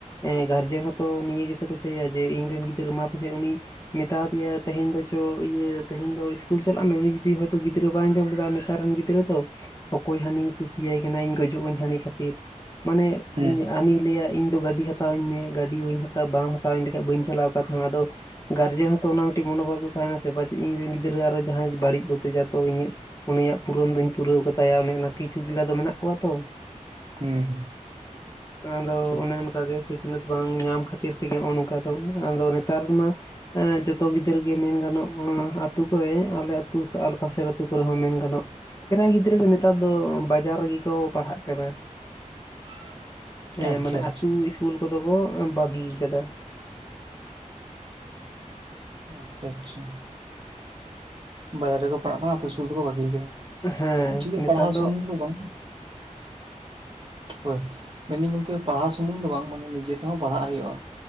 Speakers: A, on the left; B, on the right.
A: ᱮᱸ ᱜᱟᱨ ᱡᱮᱦᱮᱛᱩ ᱱᱤᱭᱟᱹ ᱜᱮᱥᱮ ᱠᱚ ᱪᱟᱹᱭᱟ ᱡᱮ ᱤᱧ ᱨᱤᱱ ᱜᱤᱫᱽᱨᱟᱹ ᱢᱟ ᱯᱟᱪᱮᱫ ᱩᱱᱤ ᱢᱮᱛᱟ ᱫᱮᱭᱟ ᱛᱮᱦᱮᱧ ᱫᱚ ᱪᱚ ᱤᱭᱟᱹ ᱛᱮᱦᱮᱧ ᱫᱚ ᱤᱥᱠᱩᱞ ᱪᱟᱞᱟᱜ ᱢᱮ ᱩᱱᱤ ᱡᱩᱫᱤ ᱦᱚᱭᱛᱚ ᱜᱤᱫᱽᱨᱟᱹ ᱵᱟᱭ ᱟᱸᱡᱚᱢ ᱞᱮᱫᱟ, ᱱᱮᱛᱟᱨ ᱨᱤᱱ ᱜᱤᱫᱽᱨᱟᱹ ᱫᱚ ᱚᱠᱚᱭ ᱦᱟᱹᱱᱤ ᱠᱩᱥᱤᱭᱟᱭ ᱠᱟᱱᱟ ᱤᱧ ᱜᱚᱡᱚᱜ ᱟᱹᱧ ᱦᱟᱹᱱᱤ ᱠᱷᱟᱹᱛᱤᱨ ᱢᱟᱱᱮ
B: ᱦᱩᱸ
A: ᱤᱧ ᱦᱟᱱᱤ ᱞᱟᱹᱭᱟ ᱤᱧᱫᱚ ᱜᱟᱹᱰᱤ ᱦᱟᱛᱟᱣᱟᱹᱧ ᱢᱮ ᱜᱟᱹᱰᱤ ᱵᱟᱢ ᱦᱟᱛᱟᱣ ᱤᱧ ᱞᱮᱠᱷᱟᱱ ᱵᱟᱹᱧ ᱪᱟᱞᱟᱜᱼᱟ ᱚᱠᱟ ᱛᱮᱦᱚᱸ ᱟᱫᱚ ᱜᱟᱨᱡᱮ ᱦᱚᱸᱛᱚ ᱚᱱᱟ ᱢᱤᱫᱴᱟᱝ ᱢᱚᱱᱳᱵᱷᱟᱵᱽ ᱫᱚ ᱛᱟᱦᱮᱸᱱᱟ ᱥᱮ ᱯᱟᱪᱮᱫ ᱤᱧ ᱨᱮᱱ ᱜᱤᱫᱽᱨᱟᱹ ᱟᱨᱦᱚᱸ ᱡᱟᱦᱟᱸᱭ ᱵᱟᱹᱲᱤᱡ ᱵᱩᱛᱤᱡᱟᱛ ᱤᱧᱟᱹ᱾ ᱩᱱᱤᱭᱟᱜ ᱯᱩᱨᱚᱱ ᱫᱩᱧ ᱯᱩᱨᱟᱹᱣ ᱠᱟᱛᱟᱭᱟ ᱚᱱᱮ ᱚᱱᱟ ᱠᱤᱪᱷᱩ ᱜᱤᱞᱟ ᱫᱚ ᱢᱮᱱᱟᱜ ᱠᱚᱣᱟ ᱛᱚ
B: ᱦᱩᱸ
A: ᱟᱫᱚ
B: ᱴᱷᱤᱠ
A: ᱚᱱᱮ
B: ᱴᱷᱤᱠ
A: ᱚᱱᱠᱟ ᱜᱮ ᱥᱤᱠᱷᱱᱟᱹᱛ ᱵᱟᱝ ᱧᱟᱢ ᱠᱷᱟᱹᱛᱤᱨ ᱛᱮᱜᱮ ᱱᱚᱜᱼᱚᱭ ᱱᱚᱝᱠᱟ ᱫᱚ ᱟᱫᱚ ᱱᱮᱛᱟᱨ ᱢᱟ ᱡᱚᱛᱚ ᱜᱤᱫᱽᱨᱟᱹ ᱜᱮ ᱢᱮᱱ ᱜᱟᱱᱚᱜ ᱟᱹᱛᱩ ᱠᱚᱨᱮ ᱟᱞᱮ ᱟᱹᱛᱩ ᱯᱟᱥᱮ ᱟᱹᱛᱩ ᱠᱚᱨᱮ ᱦᱚᱸ ᱢᱮᱱ ᱜᱟᱱᱚᱜ ᱯᱨᱟᱭ ᱜᱤᱫᱽᱨᱟᱹ ᱜᱮ ᱱᱮᱛᱟᱨ ᱫᱚ ᱵᱟᱡᱟᱨ ᱨᱮᱜᱮ ᱠᱚ ᱯᱟᱲᱦᱟᱜ ᱠᱟᱱᱟ᱾
B: <unintelligible>
A: ᱦᱮᱸ,
B: ᱟᱪᱪᱷᱟ
A: ‌ᱢᱟᱱᱮ
B: ᱟᱪᱪᱷᱟ
A: ᱟᱛᱩ ᱤᱥᱠᱩᱞ ᱠᱚᱫᱚ ᱠᱚ ᱵᱟᱹᱜᱤ ᱟᱠᱟᱫᱟ᱾
B: ᱟᱪᱪᱷᱟ, ᱪᱷᱟ, ᱵᱟᱡᱟᱨ ᱨᱮᱠᱚ ᱯᱟᱲᱦᱟᱜ ᱠᱟᱱᱟ ᱟᱛᱩ ᱤᱥᱠᱩᱞ ᱫᱚᱠᱚ ᱵᱟᱹᱜᱤ ᱟᱠᱟᱫᱟ᱾
A: ᱦᱮᱸ
B: ᱴᱷᱤᱠ ᱜᱮᱭᱟ
A: ᱱᱮᱛᱟᱨ
B: ᱯᱟᱲᱦᱟᱣ ᱥᱩᱢᱩᱝ ᱫᱚ ᱵᱟᱝ, ᱦᱳᱭ, ᱢᱮᱱ ᱟᱹᱧ ᱜᱚᱝᱠᱮ ᱯᱟᱲᱦᱟᱣ ᱥᱩᱢᱩᱝ ᱫᱚ ᱵᱟᱝ ᱢᱟᱱᱮ ᱱᱤᱡᱮ ᱛᱮᱦᱚᱸ ᱯᱟᱲᱦᱟᱜ ᱦᱩᱭᱩᱜᱼᱟ᱾